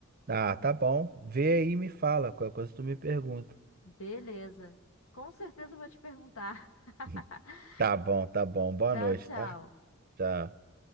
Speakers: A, on the right; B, on the left.
A: ah, tá bom. Vê aí e me fala, qualquer coisa tu me pergunta.
B: Beleza. Com certeza eu vou te perguntar. <laughs>
A: <laughs> Tá bom, tá bom. Boa
B: Tchau,
A: noite,
B: tchau.
A: tá? Tchau.